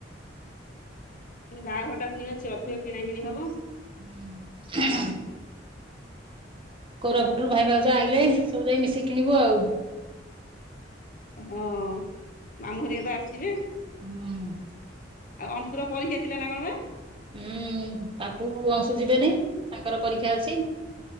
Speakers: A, on the left (about 45°); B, on the right (about 30°).
A: ପୁଣି ବାହାଘରଟା ପୁଣି ଅଛି ଅଧିକ କିଣା କିଣି ହବ।
B: ହୁଁ। କୋରାପଟରୁ ଭାଇ ଭାଉଜ ଆଇଲେ ସବୁ ଯାଇ ମିଶିକି କିଣିବୁ ଆଉ।
A: ହଁ ମାମୁଁ ହରିକା ତ ଆସିବେ।
B: ହୁଁ।
A: ଆଉ ଅଂଶୁ ର ପରୀକ୍ଷା ଥିଲା ନା କଣପା।
B: ହୁଁ ପାପୁ ଅଂଶୁ ଯିବେନି ତାଙ୍କର ପରୀକ୍ଷା ଅଛି।